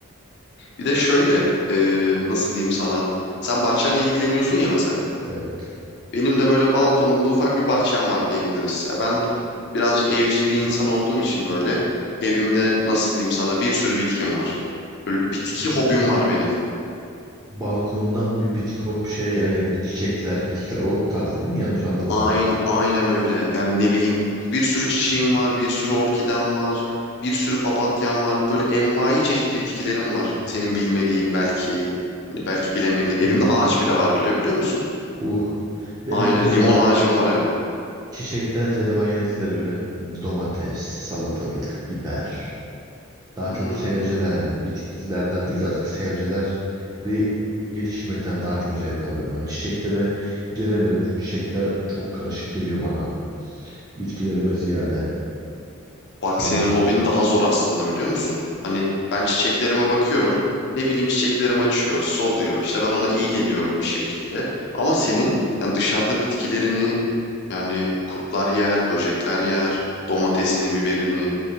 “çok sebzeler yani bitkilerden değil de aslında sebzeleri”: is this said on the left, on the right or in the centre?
Right